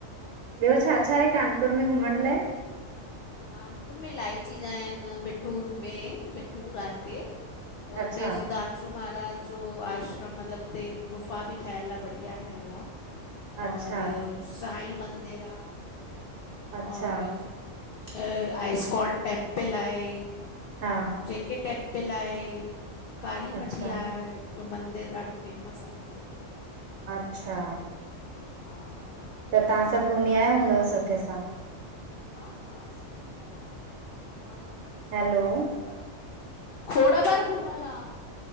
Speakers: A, on the right (about 80°); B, on the left (about 60°).
A: ॿियो छा छा आहे कानपुर में घुमण लाइ
B: कानपुर में इलाही चीज आहिन बिठूर में बिठूर आहे हिते हुते
A: अच्छा
B: सुधांशु महाराज जो आश्रम मतिलबु उते गुफ़ा बि ठहियलु आहे बढ़िया ठहियलु आहे
A: अच्छा
B: और साईं मंदिर आहे
A: अच्छा
B: और अ, आइस्कॉन टेंपल आहे
A: हा
B: जे के टेंपल आहे काली
A: अच्छा
B: मठिया जो मंदिरु ॾाढो फेमस आहे हिते
A: अच्छा
B: हा ऐं नागपुर
A: त
B: में
A: तव्हां सभु घुमी आययो हूंदव सुठे सां
B: हा हा सभु घुमियल मुंहिंजो हिकु बार न पं
A: हैलो
B: खोण बार घुमियल आहे खोण बार घुमल आहे